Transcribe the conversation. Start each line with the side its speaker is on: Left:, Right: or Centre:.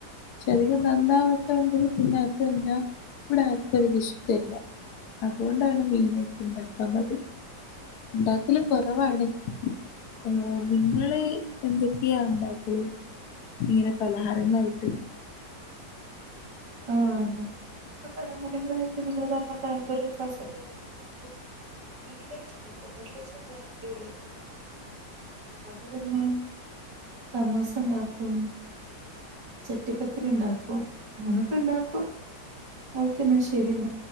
Left: പക്ഷെ അധികം നന്നാവാത്തോണ്ട് പിന്നെ അതെല്ല ഇവിടെ ആർക്കും അതികം ഇഷ്ടല്ല അതുകൊണ്ടാണ് മെയിൻ ആയിട്ട്ണ്ടാക്കാൻ മടി ഉണ്ടാക്കല് കുറവാണ് ഏ നിങ്ങള് എന്തൊക്കെയാ ഉണ്ടാക്കല്. ഇങ്ങനെ പലഹാരങ്ങളായിട്ട്
Right: ആ ഇവിടെ പലഹാരങ്ങളായിട്ട് ഞങ്ങള് മറ്റേ പഴം പൊരി ഉണ്ടാക്കും <unintelligible> അടിപൊളിയായിട്ട് അത്പോലെതന്നെ സമൂസ ഉണ്ടാക്കും ചട്ടിപ്പത്തിരിണ്ടാക്കും ഇങ്ങന ക്കണ്ടാക്കും ഓക്കെ എന്നാ ശെരിന്നാ